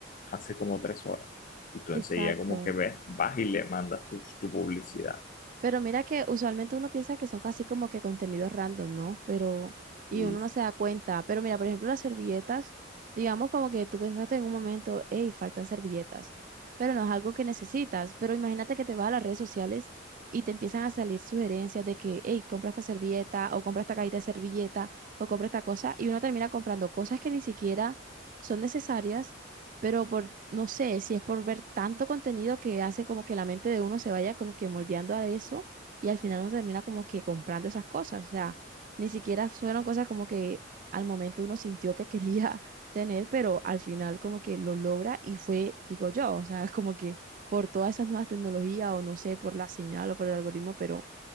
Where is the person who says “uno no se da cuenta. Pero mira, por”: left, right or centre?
Right